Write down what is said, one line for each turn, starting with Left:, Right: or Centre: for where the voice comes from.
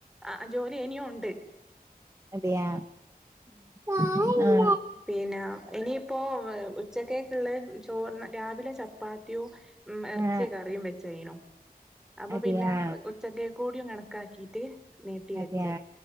Centre: ആ ജോലി ഇനിയും ഉണ്ട്
Right: അതെയാ ആഹ്
Centre: പിന്നെ ഇനിയിപ്പോ ഉച്ചക്ക ചോ രാവിലെ ചപ്പാത്തിോ ഉ ഇറച്ചി
Right: ആഹ്
Centre: കറിയും വെച്ചനോ അപ്പൊ
Right: അതെയാ
Centre: പിന്നെ ഉച്ചക്ക കൂടിയും കണക്കാക്കിട്ട് നീട്ടി
Right: അതെയ
Centre: വെച്ച്